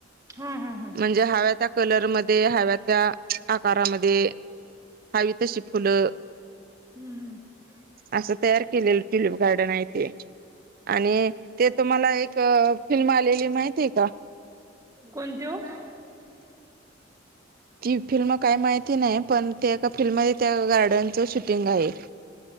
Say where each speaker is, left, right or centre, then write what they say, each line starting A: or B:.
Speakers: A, on the right (about 15°); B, on the right (about 50°).
A: हां. हां. हां.
B: म्हणजे हव्या त्या कलरमध्ये. हव्या त्या आकारामध्ये. हवी तशी फुलं.
A: हम्म. हम.
B: असं तयार केलेलं ट्युलिप गार्डन आहे ते. आणि- ते तुम्हाला एक फिल्म आलेली माहिती आहे का?
A: कोणती ओ?
B: ती फिल्म काय माहिती नाही. पण ते एका फिल्ममध्ये त्या गार्डनच शूटिंग आहे.